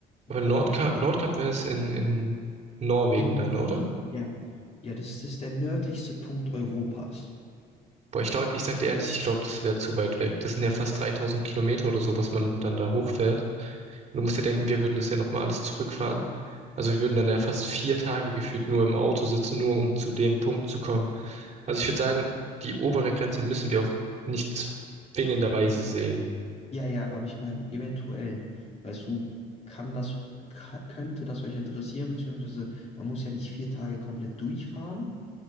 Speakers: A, on the right (about 40°); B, on the left (about 40°).
A: Aber
B: Kopenhagen.
A: Nordkap, Nordkap wäre es in, in Norwegen
B: In, den
A: dann,
B: Norden.
A: oder?
B: ja. Ja, das ist, das ist der nördlichste Punkt Europas.
A: Boah, ich glaube, ich sag dir ehrlich, ich glaube, das wäre zu weit weg. Das sind ja fast 3000 Kilometer oder so, was man dann da hochfährt. Du musst dir denken, wir würden das ja nochmal alles zurückfahren. Also wir würden dann ja fast vier Tage gefühlt nur im Auto sitzen, nur um zu dem Punkt zu kommen. Also ich würde sagen, die obere Grenze müssen wir auch nicht zwingenderweise
B: Ja,
A: sehen.
B: Ja, ja, aber ich meine, eventuell, weißt du, kann das, ka- könnte das euch interessieren, beziehungsweise man muss ja nicht vier Tage komplett durchfahren,